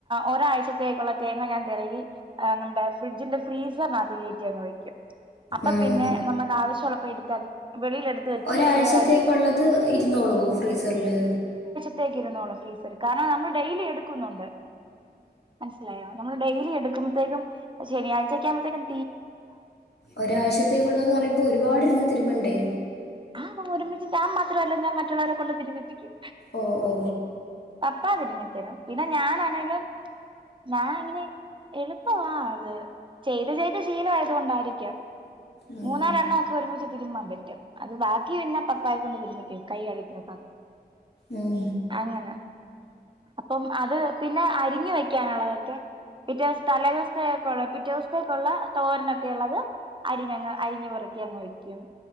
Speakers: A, on the right (about 30°); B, on the left (about 85°).
A: ഒരാഴ്ചത്തേക്കുള്ള തേങ്ങ ഞാൻ തിരകി നമ്മുടെ ഫ്രിഡ്ജിന്റെ ഫ്രീസറിനകത്ത് കയറ്റി അങ്ങ് വെക്കും അപ്പൊ
B: ഉം.
A: പിന്നെ നമുക്ക് ആവശ്യമുള്ള എടുത്താതി <unintelligible> വെച്ച്
B: ഒരാഴ്ചത്തേക്കുള്ളത്
A: ഇച്ചിരി നേരം അതിന്റെ
B: ഇരുന്നോളൂ ഫ്രീസറില്?
A: <unintelligible> ഇരുന്നള്ളും ഫ്രീസർ. കാരണം നമ്മള് ഡെയിലി എടുക്കുന്നുണ്ട്. മനസ്സിലായോ? നമ്മള് ഡെയിലി എടുക്കുമ്പോഴത്തേക്കും. പ്പ ശനിയാഴ്ച ഒക്കെ ആകുമ്പോഴത്തേ. ക്കും
B: ഒരാഴ്ശത്തേക്കുള്ളത്‌ന്ന്‌ പറയുമ്പോ ഒരുപാട് ഇരുന്ന് തിരുമണ്ടേ?
A: ആ ഒരുമിച്ച് ഞാൻ മാത്രല്ല. ഞാൻ മറ്റുള്ളവരെ കൊണ്ട് തിരിമ്പിപ്പിക്കും.
B: ഓ ഓ.
A: എപ്പാ <unintelligible> ത്തരും പിന്നെ ഞാനാണേലും ഞാൻ ഇങ്ങനെ എളുപ്പമാ അത്. ചെയ്ത് ചെയ്ത് ശീല ആയത് കൊണ്ടായിരിക്കാം.
B: ഉം
A: മൂന്നാല് എണ്ണ ഒക്കെ ഒരുമിച്ചി <inaudible> <inaudible> അത് ബാക്കി വര്ണ പപ്പായ കൊണ്ട് തിരുന്നിക്കും കൈ കഴിക്ണ സമയത്ത്.
B: ഉം
A: അങ്ങനെ. അപ്പം അത് പിന്നെ അരിഞ്ഞ് വെ <inaudible> ക <unintelligible> ക്കെ പിറ്റേ തലേ ദിവസത്തെ - പിറ്റേ ദിവസത്തേക്കുള്ള തോരനൊക്കെ ഉള്ളത് അരിഞ്ഞങ്ങ്- അരിഞ്ഞ് പെറക്കി അങ്ങ് വയ്ക്കും